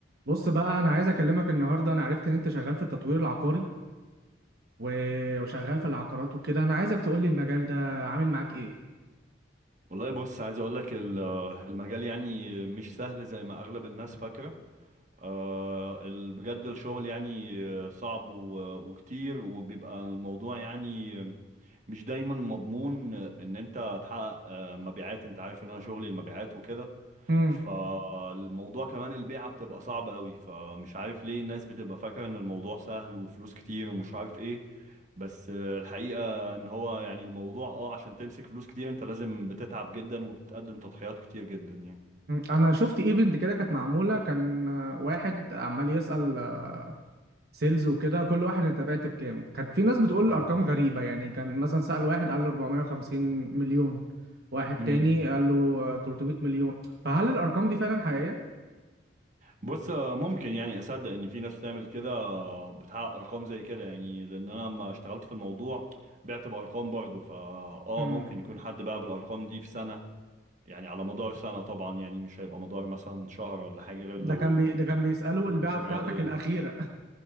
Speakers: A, on the right; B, on the right.
A: بص بقى انا عايز اكلمك النهارده انا عرفت ان انت شغال في التطوير العقاري و- وشغال في العقارات وكده انا عايزك تقول لي المجال ده عامل معاك ايه
B: والله بص عايز اقول لك المجال يعني مش سهل زي ما اغلب الناس فاكره آه، ال- بجد الشغل يعني آه، صعب و- وكتير وبيبقى الموضوع يعني مش دايما مضمون ان انت تحقق آه، مبيعات انت عارف ان انا شغلي المبيعات وكده
A: امم
B: فالموضوع كمان البيعة بتبقى صعبة قوي فمش عارف ليه الناس بتبقى فاكرة ان الموضوع سهل وفلوس كتير ومش عارف ايه بس آه، الحقيقة ان هو يعني الموضوع اه عشان تمسك فلوس كتير انت لازم بتتعب جدا وبتقدم تضحيات كتير جدا يعني
A: انا شفت ايفنت كده كانت معموله كان آه، واحد عمال يسأل آه، سيلز وكده كل واحد انت بعت بكام كانت في ناس بتقول
B: امم
A: ارقام غريبه يعني كان مثلا سأل واحد قال له 450 مليون واحد
B: امم
A: تاني قال له آه، 300 مليون فهل الارقام دي فعلا حقيقيه
B: بص آه، ممكن يعني اصدق ان في ناس بتعمل كده آه، بتحقق ارقام زي كده يعني لان انا لما اشتغلت في الموضوع بعت بارقام برضه فا اه
A: امم
B: ممكن يكون حد باع بالارقام دي في سنة يعني على مدار سنة طبعا يعني مش هيبقى مدار مثلا شهر ولا حاجة غير
A: ده
B: لو
A: كان بي... ده كان بيسأله
B: ظروف
A: البيعه
B: غير
A: بتاعتك
B: عادية
A: الاخيره
B: يعني.